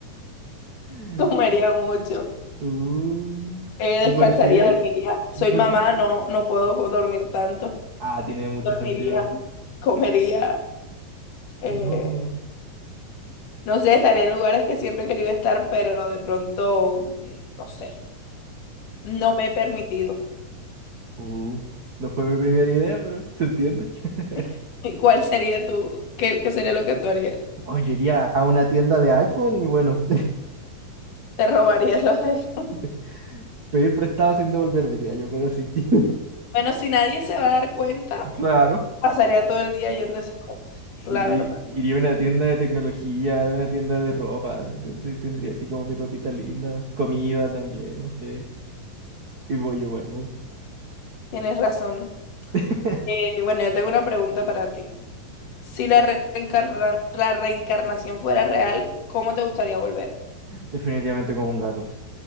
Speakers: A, on the right; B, on the left.
A: <laughs>
B: <laughs> Comería mucho.
A: Uh,
B: Eh,
A: ¿y
B: descansaría,
A: por qué?
B: dormiría. Soy
A: ¿Y por
B: mamá,
A: qué?
B: no, no puedo co- dormir tanto.
A: Ah, tiene mucho
B: Dormiría,
A: sentido.
B: comería. eh,
A: No.
B: no sé, estaría en lugares que siempre he querido estar, pero de pronto, mm, no sé, no me he permitido.
A: Uh, no fue mi primera idea, pero se entiende. <laughs>
B: <laughs> ¿Y cuál sería tu, qué, qué sería lo que tú harías?
A: Oh, yo iría a una tienda de iPhone y bueno,
B: Te robarías los iPhones.
A: <laughs> pedir prestado sin devolver, diría yo, pero sí. <laughs>
B: Bueno, si nadie se va a dar cuenta,
A: Claro,
B: pasaría todo el día yendo a esas cosas,
A: sí,
B: la verdad.
A: iría a una tienda de tecnología, a una tienda de ropa, ten- ten- tendría así como mi ropita linda, comida también, no sé, y voy y vuelvo.
B: Tienes razón.
A: <laughs>
B: Eh, bueno, yo tengo una pregunta para ti. Si la re- reencarna- la reencarnación fuera real, ¿cómo te gustaría volver?
A: Definitivamente como un gato.